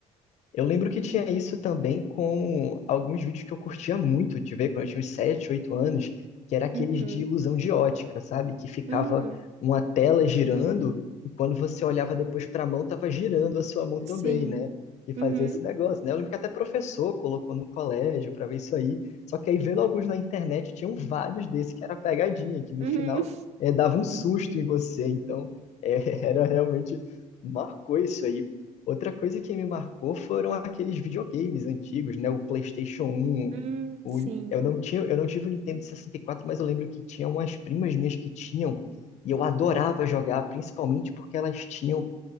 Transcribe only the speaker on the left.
Eu lembro que tinha isso também com alguns vídeos que eu curtia muito de ver quando eu tinha uns 7, 8 anos, que era aqueles
de ilusão de ótica, sabe? Que ficava
uma tela girando e quando você olhava depois para a mão, tava girando a sua mão
também, né? Que fazia
esse negócio, né? Eu lembro que até professor colocou no colégio para ver isso aí. Só que aí vendo alguns na internet, tinham vários desses que era pegadinha, que no
final eh, dava um susto em você. Então, eh, <laughs> era realmente marcou isso aí Outra coisa que me marcou foram aqueles videogames antigos, né? O PlayStation um,
o-
Eu não tinha, eu não tive o Nintendo sessenta e quatro, mas eu lembro que tinha umas primas minhas que tinham, e eu adorava jogar, principalmente porque elas tinham,